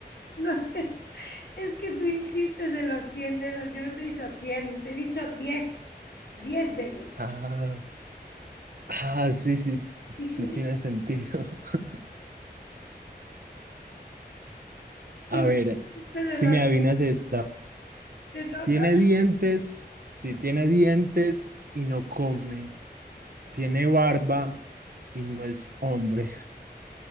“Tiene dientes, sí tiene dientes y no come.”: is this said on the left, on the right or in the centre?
Right